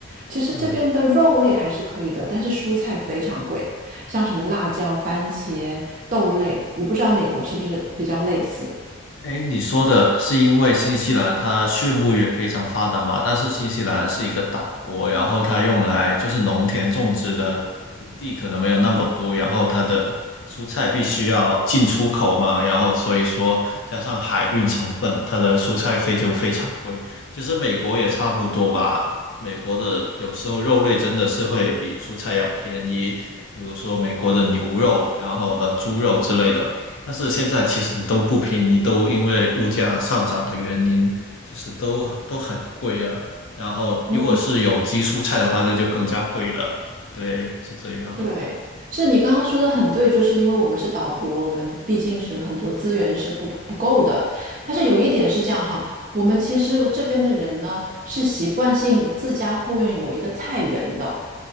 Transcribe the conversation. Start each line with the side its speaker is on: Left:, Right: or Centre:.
Right: 其实这边的肉类还是可以的，
Left: 嗯。
Right: 但是蔬菜非常贵。像什么辣椒、番茄、豆类，我不知道美国是不是比较类似。
Left: 哎，你说的是因为新西兰它畜牧业非常发达嘛？但是新西兰是一个岛国，然后它用来就是农田种植的土地可能没有那么多，然后它的蔬菜必须要进出口嘛，然后所以说加上海运成本，它的蔬菜费就非常贵。其实美国也差不多吧，美国的有时候肉类真的是会比蔬菜要便宜，比如说美国的牛肉，然后呃猪肉之类的。但是现在其实都不便宜，都因为物价上涨的原因，就是都都很贵啊。然后如果是有机蔬菜的话，
Right: 嗯，
Left: 那就更加贵了。对，是这样。
Right: 对，是你刚刚说的很对，就是因为我们是岛国，我们毕竟是很多资源是不不够的。但是有一点是这样哈，我们其实这边的人呢是习惯性自家后院有一个菜园的，